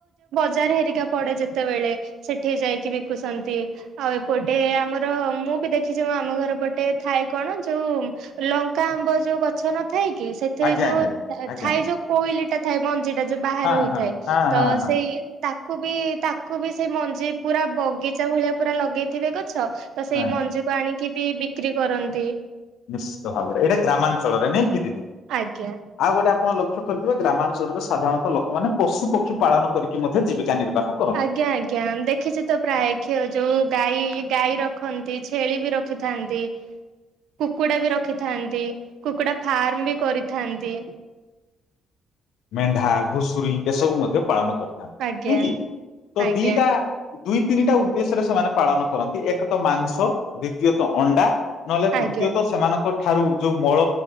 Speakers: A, on the right; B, on the left.
A: ବଜାର୍ ହେରିକା ପଡେ ଯେତେବେଳେ ସେଠି ଯାଇକି ବିକୁଛନ୍ତି ଆଉ ଏପଟେ ଆମର ମୁଁ ବି ଦେଖିଛି ଆମ ଘରପଟେ ଥାଏ କଣ ଯଉ - ଲଙ୍କା ଆମ୍ବ ଯୋଉ ଗଛ ନଥାଏ କି ସେଥିରେ
B: ଆଜ୍ଞା
A: ଯଉ
B: ଆଜ୍ଞା ଆଜ୍ଞା।
A: ଥାଏ ଯଉ କୋଇଲିଟା ଥାଏ ମଞ୍ଜିଟା ଯୋଉ ବାହାରେ
B: ହଁ
A: ହୋଇଥାଏ
B: ହଁ ହଁ
A: ତ
B: ହଁ ହଁ
A: ସେଇ ତାକୁ ବି ତାକୁ ବି ସେଇ ମଞ୍ଜି ପୁରା ବଗିଚା ଭଳିଆ ପୁରା ଲଗେଇଥିବେ କ ଛ ତ ସେଇ
B: ହଁ
A: ମଞ୍ଜିକୁ ଆଣିକି ବି ବିକ୍ରି କରନ୍ତି।
B: ନିଶ୍ଚିତ ଭାବରେ ଏଟା ଗ୍ରାମାଞ୍ଚଳରେ ନାଇଁ କି ଦିଦି?
A: ଆଜ୍ଞା।
B: ଆଉ ଗୋଟେ ଆପଣ ଲକ୍ଷ୍ୟ କରିଥିବେ ଗ୍ରାମାଞ୍ଚଳରେ ସାଧାରଣତଃ ଲୋକମାନେ ପଶୁପକ୍ଷୀ ପାଳନ କରିକି ମଧ୍ୟ ଜୀବିକା ନିର୍ବାହ କରନ୍ତି।
A: ଆଜ୍ଞା ଆଜ୍ଞା ଦେଖିଛି ତ ପ୍ରାୟ କ୍ଷ ଯୋଉ ଗାଈ ଗାଈ ରଖନ୍ତି ଛେଳି ବି ର ଖିଥାଆନ୍ତି। କୁକୁଡ଼ା ବି ରଖିଥାଆନ୍ତି। କୁକୁଡ଼ା ଫାର୍ମ ବି କରିଥାଆନ୍ତି।
B: ମେଣ୍ଢା ଘୁଷୁରୀ ଏସବୁ ମଧ୍ୟ ପାଳନ କରିଥାନ୍ତି
A: ଆଜ୍ଞା
B: ନାଇଁ କି? ତୋ
A: ଆଜ୍ଞା
B: ଦିଟା ଦୁଇ ତିନିଟା ଉଦ୍ଦେଶ୍ୟରେ ସେମାନେ ପାଳନ କରନ୍ତି ଏକ ତ ମାଂସ, ଦ୍ଵିତୀୟତଃ ଅଣ୍ଡା ନହେଲେ ତୃତୀୟତ
A: ଆଜ୍ଞା
B: ସେମାନଙ୍କ ଠାରୁ ଯୋଉ ମୂଳ